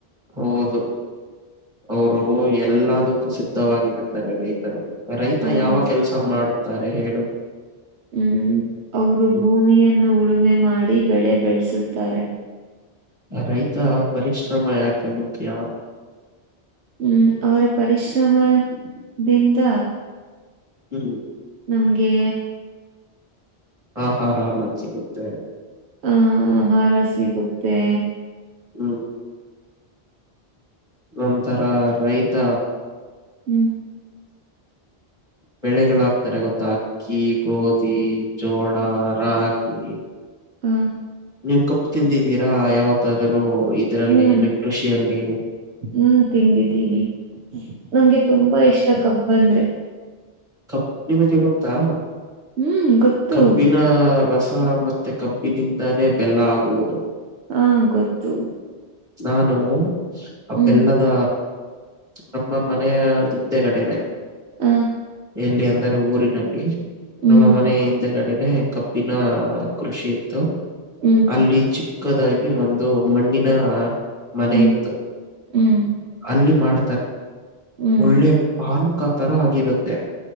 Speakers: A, on the right (about 30°); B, on the right (about 85°).
A: ಹೌದು ಅವರು ಎಲ್ಲದಕ್ಕೂ ಸಿದ್ಧವಾಗಿರುತ್ತಾರೆ ರೈತರು. ರೈತ
B: ಹೌದು
A: ಯಾವ ಕೆಲ್ಸ ಮಾಡುತ್ತಾರೆ ಹೇಳು.
B: ಹ್ಮ ಅವರು
A: ಹ್ಮ್.
B: ಭೂಮಿಯನ್ನು ಉಳುಮೆ ಮಾಡಿ ಬೆಳೆ ಬೆಳೆಸುತ್ತಾರೆ.
A: ರೈತ ಪರಿಶ್ರಮ ಯಾಕೆ ಮುಖ್ಯ.
B: ಹ್ಮ ಅವರ ಪರಿಶ್ರಮದಿಂದ
A: ಹ್ಮ
B: ನಮ್ಗೆ
A: ಆಹಾರ ನ ಸಿಗುತ್ತೆ.
B: ಅ ಆಹಾರ ಸಿಗುತ್ತೆ.
A: ಹ್ಮ ನಂತರ ರೈತ
B: ಹ್ಞೂ
A: ಬೆಳೆಗಳಾಗ್ತಾರೆ ಗೊತ್ತ ಅಕ್ಕಿ ಗೋಧಿ. ಜೋಳ ರಾಗಿ.
B: ಹಾ
A: ನೀವ ಕಪ್ಪ ತಿಂದಿದ್ದೀರಾ ಯಾವತ್ತಾದರೂ ಇದರಲ್ಲಿ
B: ಹ್ಮ್
A: ಇಲ್ಲಿ ಕೃಷಿಯಲ್ಲಿ
B: ಹ್ಮ್ ತಿಂದಿದ್ದೀನಿ ನಂಗೆ ತುಂಬಾ ಇಷ್ಟ ಕಬ್ಬ ಅಂದ್ರೆ.
A: ಕಬ್ ನಿಮಗೆ ಗೊತ್ತಾ
B: ಹ್ಮ್ ಗೊತ್ತು
A: ಕಬ್ಬಿನ ರಸ ಮ ಮತ್ತೆ ಕಬ್ಬಿನಿಂದಾನೇ ಬೆಲ್ಲ ಆಗುವುದು.
B: ಹಾ ಗೊತ್ತು.
A: ನಾನು ಆ
B: ಹ್ಮ್
A: ಬೆಲ್ಲದ ನಮ್ಮ ಮನೆಯ ಹಿಂದೆಗಡೆನೆ
B: ಹ
A: ಎಲ್ಲಿ ಅಂದರೆ ಊರಿನಲ್ಲಿ
B: ಹ್ಮ್
A: ನಮ್ಮ ಮನ ಹಿಂದೆಗ ಮನೆ ಕಪ್ಪಿನ ಕೃಷಿ ಇತ್ತು
B: ಹ್ಮ್
A: ಅಲ್ಲಿ ಚಿ ಚಕ್ಕದಾಗಿ ಒಂದು ಮಣ್ಣಿನ ಮನೆ
B: ಹ್ಮ್
A: ಇತ್ತು
B: ಹ್ಮ್
A: ಅಲ್ಲಿ ಮಾಡ
B: ಹ್ಮ್
A: ಒಳ್ಳೆ ಪಾನಕಾ ತರ ಆಗಿರುತ್ತೆ